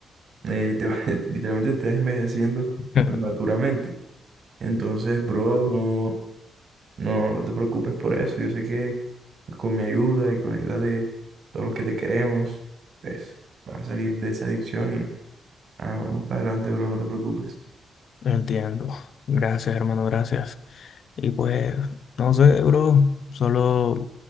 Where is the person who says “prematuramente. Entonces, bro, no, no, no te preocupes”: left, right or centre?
Right